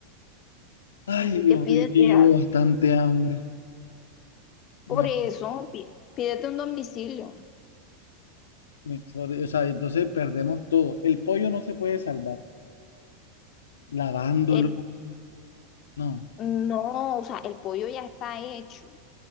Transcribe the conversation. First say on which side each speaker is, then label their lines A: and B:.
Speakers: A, on the left; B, on the left.
A: Ay,
B: Así
A: Dios
B: que pídete
A: yo que llevo
B: algo.
A: bastante hambre.
B: Por
A: Me-
B: eso, pi- pídete un domicilio.
A: me- o sea, entonces perdemos todo. El pollo no se puede salvar. Lavándolo,
B: El,
A: no.
B: no, o sea, el pollo ya está hecho,